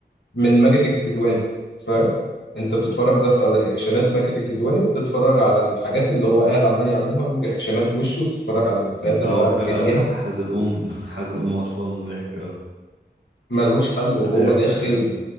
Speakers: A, on the left (about 75°); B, on the right (about 75°).
A: من ماجد الكدواني فاهم انت بتتفرج بس على رياكشنات ماجد الكدواني وبتتفرج على الحاجات اللي هو قاعد عمال يعملها ورياكشنات وشه وبتتفرج على الافيهات
B: لا
A: اللي
B: هو
A: هو قاعد
B: كفاية
A: بيرميها
B: ح- حزلقوم <laughs> حزلقوم أصلا ضحك
A: ملوش حل وهو
B: على الآخر
A: داخل
B: يعني.